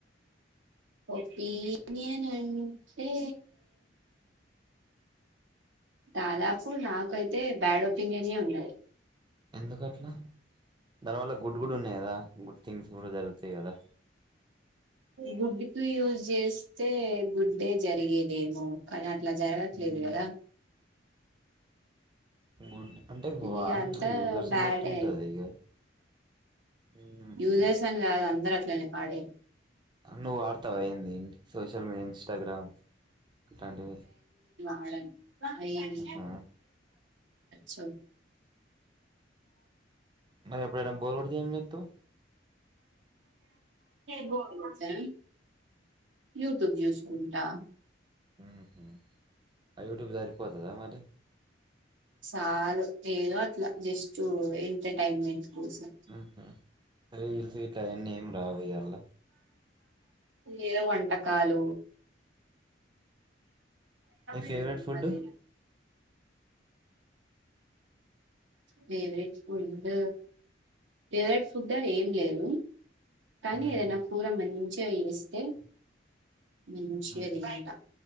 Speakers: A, on the right (about 75°); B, on the right (about 25°).
A: ఒపీనియన్ అంటే దాదాపు నాకైతే బ్యాడ్ ఒపీనియన్ ఉన్నది
B: ఎందుకట్లా దానివల్ల గుడ్డు గుడ ఉన్నాయి కదా గుడ్ థింగ్స్ కూడా జరుగుతాయి కదా
A: గుడ్డుకు యూజ్ చేస్తే గుడ్డే జరిగేదేమో కానీ అ ఇట్లా జరగట్లేదు
B: ఉమ్,
A: కదా
B: బను అంటే వారు
A: ఇగ అంతా
B: యూజర్స్
A: బ్యాడే
B: బట్టి ఉంటాది ఇక ఉమ్హు.
A: యూజర్స్ అని కాదు అందరు అట్లానే వాడేది
B: అన్నో వార్త అయ్యంది సోషల్ మీడియా ఇన్స్టాగ్రామ్ అట్లాంటివి
A: వాడన్ <inaudible>
B: ఆహా.
A: చ్చ
B: మరి ఎప్పుడైనా బోర్ కొడితే ఏం చేస్తావు
A: బోర్ కొడితే యూట్యూబ్ చూసుకుంటా కుంట
B: మ్మ్ హ్మ్ యూట్యూబ్ సరి పోతాదా మరి
A: చాలు ఏదో అట్లా జస్ట్ ఎంటర్టైన్మెంట్ కోసం
B: మ్మ్ హ్మ్ సరే ఇల్ స టయన్న ఏం రావ్యాల
A: ఏదో వంటకాలు
B: నీ ఫేవరెట్
A: మ్మ్
B: ఫుడ్
A: మళ్ళీ ఫేవరెట్ ఫుడ్ ఫేవరెట్ ఫుడ్ అని ఏం లేదు కానీ
B: మ్మ్.
A: ఎద్దన్న కూర మంచిగా జాయ్ చేస్తే మంచిగా
B: మ్మ్.
A: తింటా